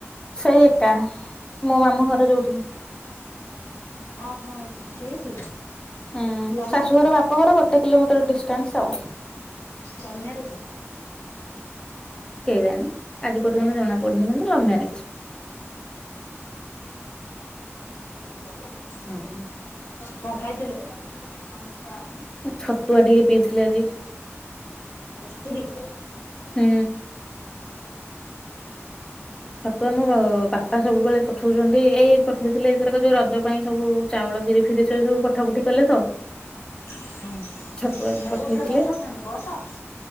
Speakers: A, on the left; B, on the left.
A: ସେଇ ଏକା ମୋ ମାମୁଁ ଘର ଯୋଉଠି।
B: ଓହୋ ସେଇଠି।
A: ହୁଁ
B: ଲଭ୍
A: ଶାଶୁଘର
B: ମ୍ୟାରେଜ
A: ବାପଘର ଗୋଟେ କିଲୋମିଟର ଡିଷ୍ଟାନ୍ସ ଆଉ
B: ଲଭ ମ୍ୟାରେଜ।
A: କେଜାଣି ଆଜି ପର୍ଯ୍ୟନ୍ତ ଜଣା ପଡୁନି କିନ୍ତୁ ଲଭ ମ୍ୟାରେଜ।
B: ହଁ ହଁ, କଁ ଖାଇଥିଲୁ?
A: ଛତୁଆ ଟିକେ ପିଇଥିଲି ଆଜି।
B: କସ୍ତୁରୀ।
A: ହୁଁ। ଛତୁଆ ମୋ ବାପା ସବୁବେଳେ ପଠଉଛନ୍ତି ଏଇ ପଠେଇଥିଲେ ଏଇଥରକ ଯୋଉ ରଜ ପାଇଁ ସବୁ ଚାଉଳ ବିରି ଫିରି ସ ସବୁ ପଠା ପଠି କଲେ ତ।
B: ହୁଁ,
A: ଛତୁଆ ବି
B: ଆ
A: ପଠେଇଥିଲେ
B: କଉଥିରେ ପଠଉଛନ୍ତି ବସ?